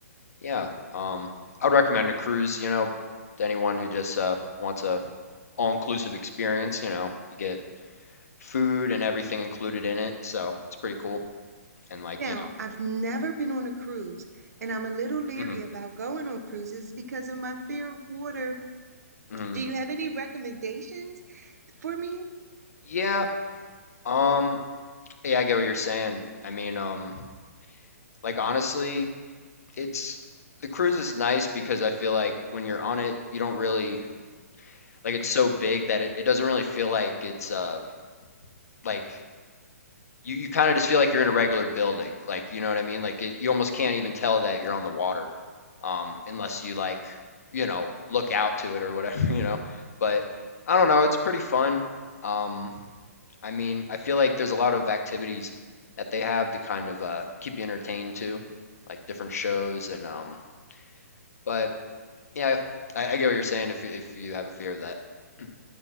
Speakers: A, on the left; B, on the right.
A: yeah. Um, I would recommend a cruise, you know, to anyone who just uh wants a all-inclusive experience. You know, you get food and everything included in it, so it's pretty cool. And like,
B: Now,
A: you
B: I've never been on a cruise, and I'm a little leery
A: know, mhm,
B: about going on cruises because of my fear of water.
A: mhm.
B: Do you have any recommendations for me?
A: Yeah. Um, yeah, I get what you're saying. I mean, um, like honestly. it's the cruise is nice because I feel like when you're on it, you don't really like it's so big that it, it doesn't really feel like it's uh like you, you kind of just feel like you're in a regular building. Like, you know what I mean? Like it, you almost can't even tell that you're on the water um unless you like, you know, look out to it or whatever, <laughs> you know. But I don't know, it's pretty fun. Um I mean, I feel like there's a lot of activities that they have to kind of uh keep you entertained too, like different shows and um but Yeah, I, I get what you're saying if you, if you have a fear of that. <clears throat>